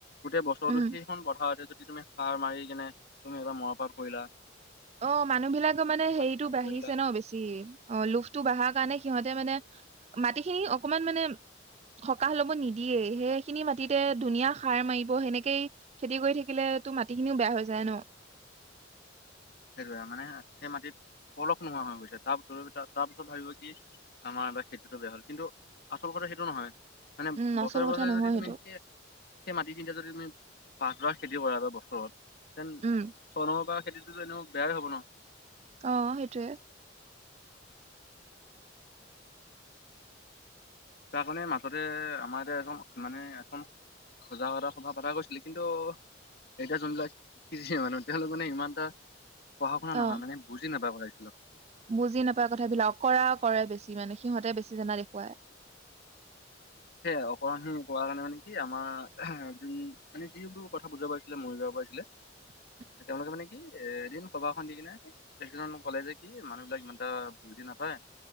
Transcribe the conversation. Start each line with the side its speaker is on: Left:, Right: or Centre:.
Left: গোটেই বছৰটো
Right: উম
Left: সেইখন পথাৰতে যদি তুমি। সাৰ মাৰি কিনে তুমি এবাৰ মৰাপাট পৰিলা।
Right: অ'হ মানুহ বিলাকৰ মানে হেৰিতো
Left: ধান
Right: বাঢ়িছে
Left: কৰিলা
Right: ন বেছি? অহ লোভটো বাঢ়াৰ কাৰণে সিহঁতে মানে মাটিখিনি অকনমান মানে। সকাহ লব নিদিয়েই। সেইখিনি মাটিতে দুনিয়া সাৰ মাৰিব সেনেকেই। খেতি কৰি থাকিলেতো মাটিখিনিও বেয়া হৈ যায় ন?
Left: সেইটোৱে, মানে সেই মাটিত পলস নোহোৱা হৈ গৈছে তাৰ-তাৰপিছত ভাবিব কি আমাৰ এইবাৰ খেতিটো বেয়া হ'ল কিন্তু আচল কথা সেইটো নহয়। মানে
Right: উম
Left: বছৰে
Right: আচল কথা
Left: বছৰে
Right: নহয়
Left: যদি
Right: সেইটো
Left: তুমি সিয়ে সেই মাটিখিনিতে যদি তুমি পাছ বাৰ খেতি কৰা এক বছৰত, তেন
Right: উম
Left: চনৰ পৰা খেতি টো এনেও বেয়াই হব ন'।
Right: অহ, সেইটোৱে।
Left: তাৰমানে মাজতে আমাৰ এটে এখন মানে এখন সজাগতা সভা পাতা গৈছিলে কিন্তু এতিয়া যোনবিলাক কৃষি মানুহ তেওঁলোক মানে ইমান এটা পঢ়া শুনা
Right: অ
Left: নহয়, মানে বুজি নাপায় কথাবিলাক।
Right: বুজি নাপায় কথাবিলাক অকৰা কৰে বেছি মানে, সিহঁতে বেছি জানা দেখুৱায়।
Left: সেইয়ে অকৰাহি কৰাৰ কাৰণে মানে কি আমাৰ যোন মানে যিবোৰ কথা বুজাব আহিছিলে মৰিগাঁওৰ পৰা আহিছিলে।
Right: <inaudible>
Left: তেওঁলোকে মানে কি এ এদিন সভাখন দি কেনে, এজনে মোক ক'লে যে কি মানুহবিলাক ইমান এটা বুুলজি নাপায়।